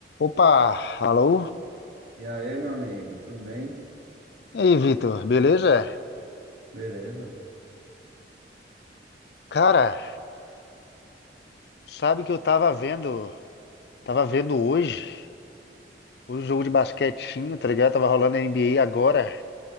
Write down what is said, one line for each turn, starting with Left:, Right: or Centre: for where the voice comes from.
Left: Opa, alô?
Right: E aí, meu amigo, tudo bem?
Left: E aí, Vitor, beleza?
Right: Beleza?
Left: Cara, sabe que eu tava vendo, tava vendo hoje, hoje o jogo de basquetinho, tá ligado? Tava rolando a NBA agora.